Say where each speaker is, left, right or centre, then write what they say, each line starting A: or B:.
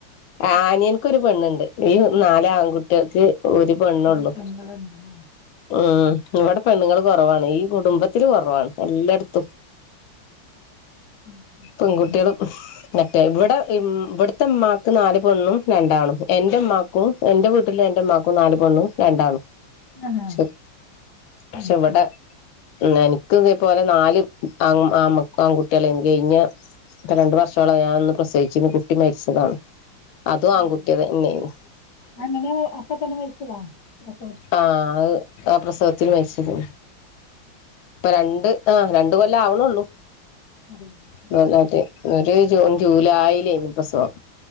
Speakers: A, on the left; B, on the left.
A: ആ
B: ആഹ്
A: അനിയ ക്ക് ഒരു പെണ്ണുണ്ട്. ഈ നാല് ആൺകുട്ട്യേക്ക് ഒരു പെണ്ണുള്ളൂ.
B: ഒരു പെങ്ങളുണ്ടല്ലേ?
A: ഉം ഇവടെ പെണ്ണുങ്ങള് കൊറ വാണ് ഈ കുടുംബത്തില് കൊറവാണ് എല്ലടത്തും,
B: ഉം
A: പെൺകുട്ട്യേള്
B: ഉം
A: മറ്റേ ഇവിടെ ഉം ഇവിടത്തെമ്മാക്ക് നാല് പെണ്ണും രണ്ടാണും എന്റുമ്മാക്കും എന്റെ വീട്ടില് എന്റുമ്മാക്കും നാല് പെണ്ണും രണ്ടാണും.
B: ആഹാ
A: ഷെ
B: അത്
A: പക്ഷെ ഇവടെ,
B: ശരി.
A: എന്ക്ക് ഇതേപോലെ നാല് ആങ്ങ് ആമ ആൺകുട്ടികള <unintelligible> കഴിഞ്ഞ ഇപ്പൊ രണ്ട് വർഷോളായി ഞാനൊന്ന് പ്രസവിച്ചിന്ന് കുട്ടി മരിച്ചതാണ്. അതും
B: ഉം
A: ആൺകുട്ടിതന്നെയേനും.
B: അങ്ങനെ അപ്പ തന്നെ മരിച്ചതാ പ്രസ
A: ആഹ് അത് ആ പ്രസവത്തില് മരിച്ചത്. രണ്ട് ആഹ് രണ്ട് കൊല്ലം ആവണുള്ളൂ.
B: അതെയോ? ആഹ്
A: <unintelligible>
B: ആഹ്
A: ഒരു ജൂൺ ജൂലായിലേനു പ്രസവം.